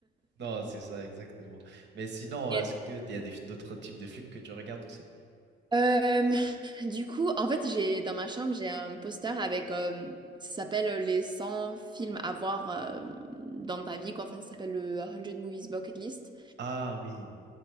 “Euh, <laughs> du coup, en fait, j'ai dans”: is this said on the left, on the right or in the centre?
Right